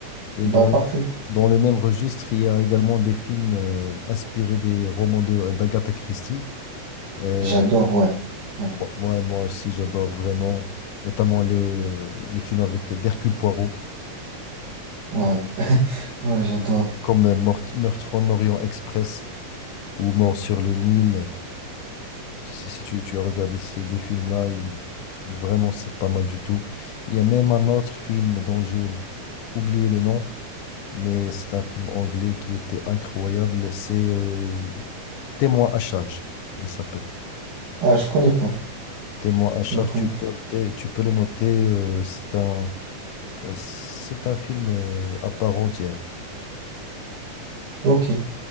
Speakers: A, on the left; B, on the right.
A: Et
B: Bah,
A: dans,
B: parfait.
A: dans le même registre, il y a également des films euh, inspirés des romans de, d'Agatha Christie. Euh,
B: J'adore, ouais. Ouais,
A: bon, moi, moi aussi, j'adore vraiment, notamment les, euh, les films avec d'Hercule Poirot.
B: ouais. <laughs> Ouais, j'adore.
A: comme euh, Mort- Meurtre en Orient Express ou Mort sur le Nil. Si, si tu, tu as regardé ces deux films-là, il- vraiment, c'est pas mal du tout. Il y a même un autre film dont j'ai oublié le nom, mais c'est un film anglais qui était incroyable. C'est euh, Témoin à charge, il s'appelle.
B: Ah,
A: Tu-
B: je connais pas.
A: Témoin à charge,
B: Je connais.
A: tu peux, le- tu peux le noter. euh, c'est un. Euh, C'est un film euh, à part entière.
B: Ok.